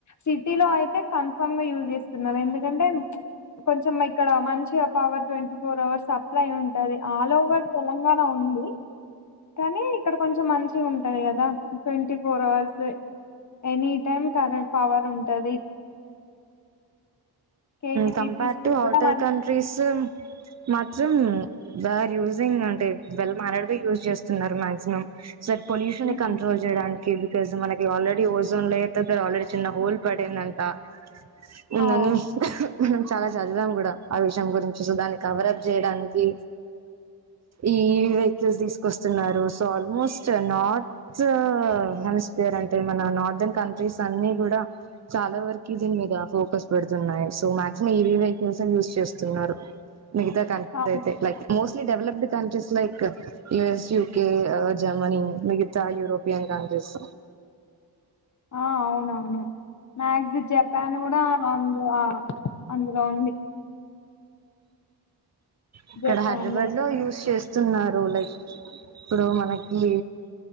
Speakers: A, on the left (about 45°); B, on the right (about 40°).
A: సిటీ లో అయితే కన్ఫామ్ గా యూజ్ చేస్తున్నారు. ఎందుకంటే కొంచెం ఇక్కడ మంచిగా power twenty four hours supply ఉంటది. ఆల్ ఓవర్ తెలంగాణ ఉంది కానీ ఇక్కడ కొంచెం మంచిగా ఉంటది కదా twenty four hours any time current power ఉంటది. కేటీపీపీస్
B: కంపేర్ టు
A: కూడా
B: ఔటర్
A: మంచి
B: కంట్రీస్ మొత్తం బ ఆర్ యూజింగ్ అంటే <unintelligible> యూజ్ చేస్తున్నారు. మాక్సిమం ఇటు సైడ్ పొల్యూషన్
A: హ్మ్.
B: కంట్రోల్ చేయడానికి ఎందుకు తెలుసా మనకి ఆల్రెడీ ఓజోన్ లేయార్ దగ్గర ఆల్రెడీ చిన్న హోల్ పడిందంటా మొన్న
A: అవును
B: న్యూస్ మనం చాలా చదిదాం కూడా ఆ విషయం గురించి నువ్వు దాన్ని కవర్ అప్ చేయడానికి ఈ వెహికల్స్ తీసుకొస్తున్నారు. సో ఆల్మోస్ట్ నార్త్ హెమస్పియర్ అంటే మన నార్దన్ కంట్రీస్ అన్ని కూడా చాలా వరకు దీని మీద ఫోకస్ పెడుతున్నాయి. సో మాక్సిమం ఇవి వెహికల్స్ యే యూజ్ చేస్తున్నారు. మిగతా కంట్రీస్
A: అవును
B: ఐతే like most developed countries like U. S, U. K, Germany European, countries
A: ఆ అవునవును మక్సి, జపాన్ కూడా అందు అందులో ఉంది.
B: ఇక్కడ
A: జపాన్
B: హైదరాబాద్ లో యూజ్ చేస్ స్తున్నారు లైక్ ఇప్పుడు మనకి